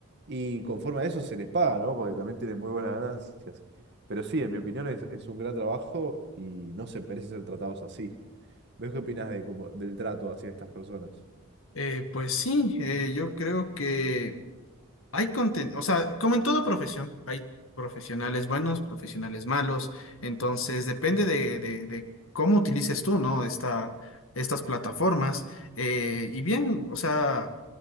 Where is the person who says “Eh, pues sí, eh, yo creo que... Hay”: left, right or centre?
Left